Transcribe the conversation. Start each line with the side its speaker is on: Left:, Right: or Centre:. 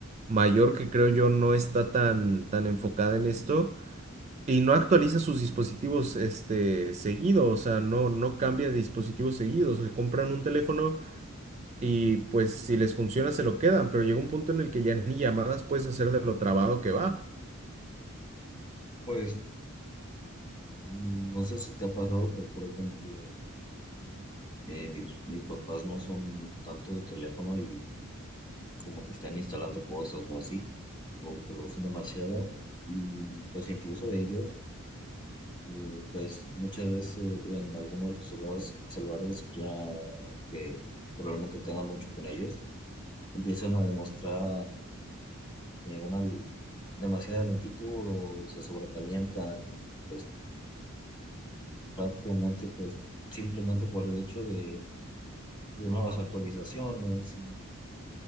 Right: mayor que creo yo no está tan, tan enfocada en esto y no actualiza sus dispositivos este, seguido, o sea, no, no cambia de dispositivos seguidos, que compran un teléfono y pues si les funciona se lo quedan, pero llega un punto en el que ya ni llamadas puedes hacer de lo trabado que va.
Left: Pues mm, no sé si te ha pasado, pero por ejemplo, eh, mis, mis papás no son tanto de teléfono y como que están instalando cosas o así, o que lo usan demasiado, y pues incluso ellos. eh, pues muchas veces eh, en algunos de sus celulares, celulares ya que probablemente tengan mucho con ellos, empiezan a demostrar eh, una demasiada lentitud o se sobrecalientan y pues, prácticamente pues simplemente por el hecho de, de nuevas actualizaciones y